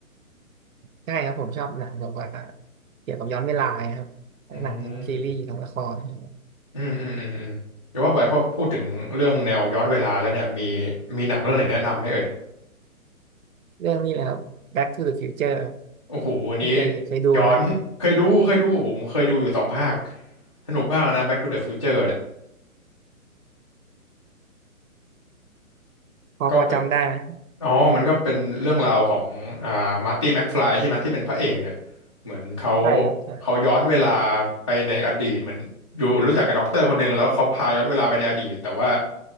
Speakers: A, on the right; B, on the left.
A: ใช่ครับผมชอบหนังแบบว่าเกี่ยวกับย้อนเวลาครับทั้งหนังทั้งซีรีส์ทั้งละครนะครับ
B: อืมอืมอืมอืมอืมเดี๋ยวว่าไปพอพูดถึงเรื่องแนวย้อนเวลาแล้วเนี่ยมีมีหนังเรื่องไหนแนะนำไหมเอ่ย
A: เรื่องนี้แหละครับ Back to the Future ครับ
B: โอ้โหอันนี้
A: พี่เคยเคยดูไหมฮะ
B: ย้อน <laughs> เคยดูเคยดูผมเคยดูอยู่สองภาคสนุกมากนะ Back to the Future เนี่ย
A: พอพอจำได้ไหม
B: ก็เป็น อ๋อมันก็เป็นเรื่องราวของอ่ามาร์ตี้แม็กฟลายใช่ไหมที่เป็นพระเอกเนี่ยเหมือนเขา
A: ใช่ครับใช่
B: เขาย้อนเวลาไปในอดีตเหมือนอยู่รู้จักกับด็อกเตอร์คนหนึ่งแล้วเขาพาย้อนเวลาไปในอดีตแต่ว่า